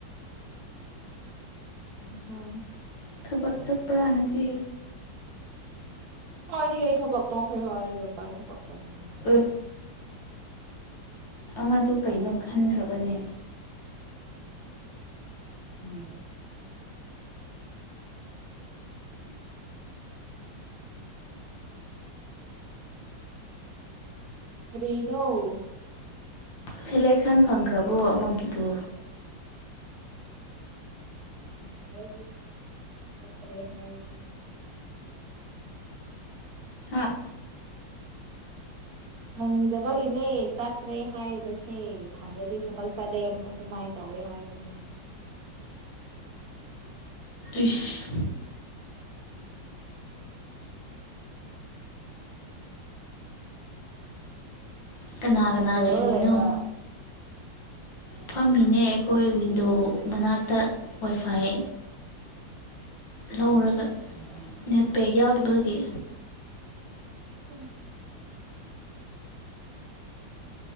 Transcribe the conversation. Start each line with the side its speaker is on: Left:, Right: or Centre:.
Right: ꯀꯁ <unintelligible>
Left: ꯊꯕꯛ ꯆꯠꯄ꯭ꯔꯥ ꯉꯁꯤ
Right: ꯍꯣꯏꯗꯤ ꯑꯩ ꯊꯕꯛ ꯇꯧꯈ꯭ꯔꯦ ꯍꯥꯏꯔꯒ ꯀꯥꯢ ꯑꯩ ꯊꯕꯛ ꯆꯠꯅꯤꯡ
Left: ꯎ ꯑꯃꯗꯨ ꯀꯩꯅꯣ ꯈꯟꯈ꯭ꯔꯕꯅꯦ
Right: ꯎ ꯒꯔꯤꯗꯣ
Left: ꯁꯦꯂꯦꯛꯁꯟ ꯐꯪꯈ꯭ꯔꯕꯣ ꯑꯃꯒꯤꯗꯨ
Right: <unintelligible> ꯁꯥꯠꯇ꯭ꯔꯦ ꯍꯥꯏꯔꯤꯁꯤꯗꯤ
Left: ꯍꯥꯞ
Right: ꯐꯪꯗꯕꯒꯤꯅꯦ ꯆꯠꯇ꯭ꯔꯦ ꯍꯥꯏꯔꯤꯕꯁꯦ ꯐꯪꯂꯗꯤ ꯊꯕꯛ ꯆꯠꯂꯦ ꯑꯗꯨꯃꯥꯏꯅ ꯇꯧꯋꯦ ꯍꯥꯏꯔꯕꯅꯦ
Left: ꯏꯁ ꯀꯅꯥ
Right: ꯀꯩꯗꯧꯔꯒ
Left: ꯀꯅꯥ ꯂꯩꯔꯤꯅꯣ
Right: ꯂꯩꯕ
Left: ꯐꯝꯃꯤꯅꯦ ꯑꯩꯈꯣꯏ ꯋꯤꯟꯗꯣ ꯃꯅꯥꯛꯇ ꯋꯥꯏꯐꯥꯏ ꯂꯧꯔꯒ ꯅꯦꯠꯄꯦ ꯌꯥꯎꯗꯕꯒꯤ
Right: ꯎꯝ